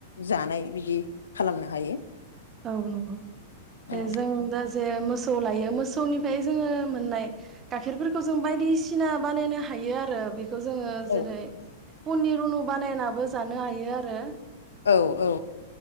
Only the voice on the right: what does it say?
औ नंगौ दे
जों दा जे मोसौ लायो मोसौनिफ्राय जोङो मोननाय गाइखेरफोरखौ जों बायदिसिना बानायनो हायो आरो बे खौ जोङो
जेरै पनिर उनु बानायनाबो जानो हायो आरो